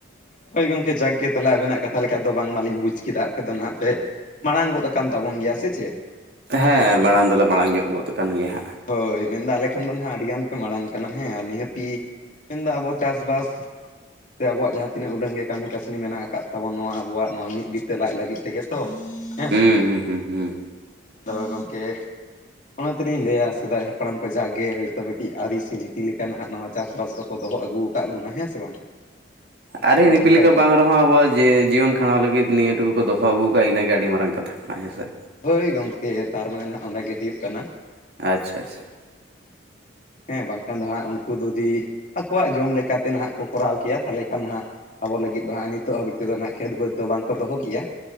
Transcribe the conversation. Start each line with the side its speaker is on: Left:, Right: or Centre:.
Left: ᱦᱳᱭ ᱜᱚᱝᱠᱮ ᱡᱟᱠᱜᱮ ᱛᱟᱦᱞᱮ ᱟᱵᱮᱱᱟᱜ ᱠᱟᱛᱷᱟ ᱞᱮᱠᱟ ᱛᱮᱫᱚ ᱵᱟᱝ ᱢᱟᱞᱤᱧ ᱵᱩᱡᱽ ᱠᱮᱫᱟ ᱟᱯᱮ ᱫᱚ ᱱᱟᱦᱟᱜ ᱯᱮ᱾ ᱢᱟᱲᱟᱝ ᱜᱚᱫ ᱟᱠᱟᱱ ᱛᱟᱵᱚᱱ ᱜᱮᱭᱟ ᱥᱮ ᱪᱮᱜ᱾
Right: ᱦᱮᱸ ᱢᱟᱲᱟᱝ ᱫᱚᱞᱮ ᱢᱟᱲᱟᱝ ᱧᱚᱜ ᱜᱚᱫ ᱠᱟᱱ ᱜᱮᱭᱟ ᱦᱟᱸᱜ᱾
Left: ᱦᱳᱭ ᱢᱮᱱᱫᱚ ᱟᱞᱮ ᱠᱷᱚᱱ ᱫᱚ ᱱᱷᱟᱜ ᱟᱰᱤᱜᱟᱱ ᱯᱮ ᱢᱟᱲᱟᱝ ᱠᱟᱱᱟ ᱦᱮᱸ ᱟᱨ ᱱᱤᱦᱟᱹᱛᱤ᱾ ᱢᱮᱱᱫᱚ ᱟᱵᱚ ᱪᱟᱥᱵᱟᱥ ᱥᱮ ᱟᱵᱚᱣᱟᱜ ᱡᱟᱸᱦᱟ᱾ ᱛᱤᱱᱟᱹᱜ ᱩᱰᱟᱹᱝ ᱜᱮ ᱠᱟᱢᱤ ᱠᱟᱥᱱᱤ ᱢᱮᱱᱟᱜ ᱟᱠᱟᱜ ᱛᱟᱵᱚᱱ ᱱᱚᱣᱟ ᱟᱵᱚᱣᱟᱜ ᱱᱚᱣᱟ ᱢᱤᱫ ᱵᱤᱛᱟᱹ ᱞᱟᱡ ᱞᱟᱹᱜᱤᱫ ᱛᱮᱜᱮ᱾ ᱛᱚ ᱦᱮᱸ
Right: ᱦᱩᱸ
Left: ᱥᱮ
Right: ᱦᱩᱸ ᱦᱩᱸ ᱦᱩᱸ
Left: ᱟᱫᱚ ᱜᱚᱝᱠᱮ᱾ ᱚᱱᱟ ᱛᱮᱞᱤᱧ ᱞᱟᱹᱭᱟ ᱥᱮᱫᱟᱭ ᱦᱟᱯᱲᱟᱢ ᱠᱚ ᱡᱟᱜᱮ ᱦᱳᱭᱛᱳ ᱢᱤᱴᱤᱜ ᱟᱨᱤ ᱥᱮ ᱱᱤᱛᱤ ᱞᱮᱠᱟ ᱱᱟᱦᱟᱜ ᱱᱚᱣᱟ ᱪᱟᱥᱵᱟᱥ ᱫᱚ᱾ ᱠᱚ ᱫᱚᱦᱚ ᱟᱹᱜᱩ ᱠᱟᱜ ᱵᱚᱱᱟ ᱦᱮᱸ ᱥᱮ ᱵᱟᱝ᱾ ᱦᱮᱸ
Right: ᱟᱨᱤ
Left: ᱟᱫᱚ
Right: ᱨᱤᱯᱤ
Left: ᱚᱱᱠᱟᱜᱮ
Right: ᱞᱮᱠᱟ ᱵᱟᱝ ᱨ ᱦᱚᱸ ᱟᱵᱚᱣᱟᱜ ᱡᱤᱭᱚᱱ ᱠᱷᱟᱸᱰᱟᱣ ᱞᱟᱹᱜᱤᱫ ᱱᱤᱭᱟᱹ ᱴᱩᱠᱩ ᱠᱚ ᱫᱚᱦᱚ ᱟᱹᱜᱩ ᱠᱟᱜ-ᱟ ᱤᱱᱟᱹᱜᱮ ᱟᱰᱤ ᱢᱟᱨᱟᱝ ᱠᱟᱛᱷᱟ ᱠᱟᱱᱟ ᱦᱮᱸᱥᱮ᱾
Left: ᱦᱳᱭ ᱜᱚᱢᱠᱮ ᱛᱟᱨ ᱢᱟᱱᱮ ᱱᱷᱟᱜ ᱚᱸᱰᱮ ᱜᱮ ᱦᱳᱭᱳᱜ ᱠᱟᱱᱟ᱾
Right: ᱟᱪᱪᱷᱟ ᱟᱪᱪᱷᱟ
Left: ᱦᱮᱸ ᱵᱟᱝᱠᱷᱟᱱ ᱫᱚ ᱦᱟᱸᱜ ᱩᱱᱠᱩ ᱡᱩᱫᱤ ᱟᱠᱚᱣᱟᱜ ᱡᱚᱢ ᱞᱮᱠᱟᱛᱮ ᱱᱟᱦᱟᱜ ᱠᱚ ᱠᱚᱨᱟᱣ ᱠᱮᱭᱟ ᱛᱟᱦᱞᱮ ᱠᱷᱟᱱ ᱦᱟᱸᱜ᱾ ᱟᱵᱚ ᱞᱟᱹᱜᱤᱫ ᱫᱚ ᱦᱟᱸᱜ ᱱᱤᱛᱚᱜ ᱦᱟᱹᱵᱤᱡ ᱛᱮᱫᱚ ᱦᱟᱸᱜ ᱠᱷᱮᱛ ᱵᱟᱹᱫᱽ ᱫᱚ ᱵᱟᱝᱠᱚ ᱫᱚᱦᱚ ᱠᱮᱭᱟ᱾